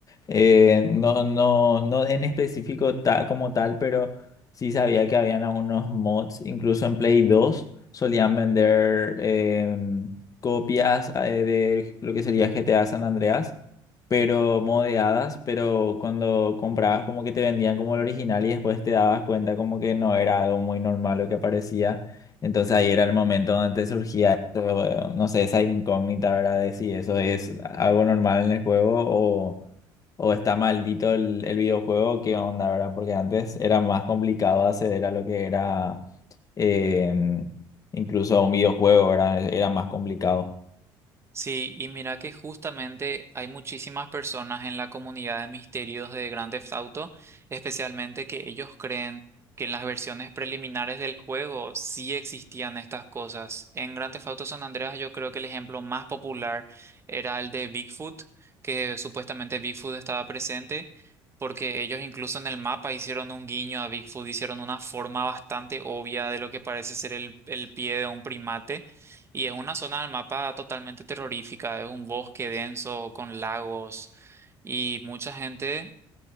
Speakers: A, on the left; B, on the right.
A: Eh, no, no, no en específico ta- como tal, pero sí sabía que habían algunos mods, incluso en Play 2 solían vender em, copias eh, de lo que sería GTA San Andreas, pero modeadas, pero cuando comprabas como que te vendían como el original y después te dabas cuenta como que no era algo muy normal lo que aparecía. Entonces ahí era el momento donde te surgía, eso, no sé, esa incógnita, ¿verdad? De si eso es algo normal en el juego o, o está maldito el, el videojuego, ¿qué onda, verdad? Porque antes era más complicado acceder a lo que era eh, incluso un videojuego, ¿verdad? E, Era más complicado.
B: Sí, y mira que justamente hay muchísimas personas en la comunidad de misterios de Grand Theft Auto, especialmente que ellos creen que en las versiones preliminares del juego sí existían estas cosas. En Grand Theft Auto San Andreas yo creo que el ejemplo más popular era el de Bigfoot, que supuestamente Bigfoot estaba presente, porque ellos incluso en el mapa hicieron un guiño a Bigfoot, hicieron una forma bastante obvia de lo que parece ser el, el pie de un primate. Y es una zona del mapa totalmente terrorífica, es un bosque denso con lagos y mucha gente